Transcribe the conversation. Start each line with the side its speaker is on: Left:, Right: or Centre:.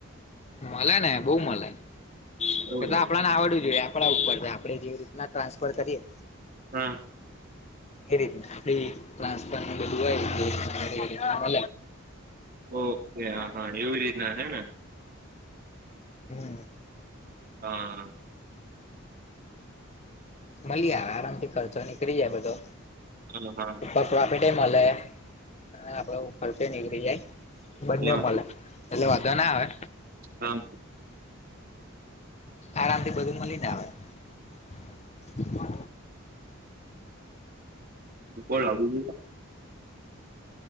Left: મળે ને બહુ મળે ને
Right: એવું
Left: એ તો
Right: છે
Left: આપડ ને આવડવું જોઈએ. આપડા ઉપર આપણે જેવી રીતના ટ્રાન્સફર કરીએ
Right: હમ્મ
Left: એે એ ટ્રાન્સપ બધુવા
Right: ઓકે હ હા એવી રીતના હે
Left: હમ્મ
Right: હા હ
Left: મળી આરામ થી ખર્ચો નીકળી જાય બધો
Right: હમ્મ
Left: ઉપર પ્રોફિટ મળે અને આપડો ખર્ચો નીકળી જાય બંને
Right: હા
Left: મળે એટલે વધો ના આવે
Right: હા
Left: આરામથી બધું મળી ના આવેય
Right: બોલો બીજુ